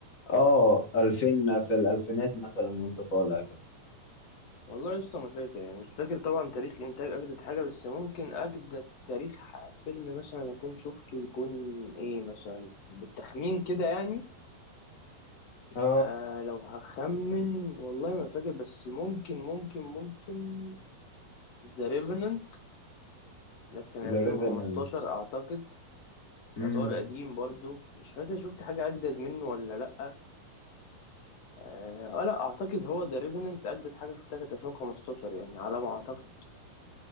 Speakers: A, on the left; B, on the left.
A: اه 2000 في الالفينات مثلا وانت طالع كده
B: والله يا اسطى ما فاكر يعني مش فاكر طبعا تاريخ انتاج اجدد حاجه بس ممكن اجدد تاريخ ح- فيلم مثلا اكون شفته يكون ايه مثلا بالتخمين كده يعني
A: اه
B: آه لو هخمن والله ما فاكر بس ممكن ممكن ممكن ذا ريفننت ده كان
A: ذا
B: 2015
A: ريفننت
B: اعتقد
A: امم
B: يعتبر قديم برضو مش فاكر شفت حاجه اجدد منه ولا لا اه آه، لا اعتقد هو ذا ريفننت اجدد حاجه شفتها كانت 2015 يعني على ما اعتقد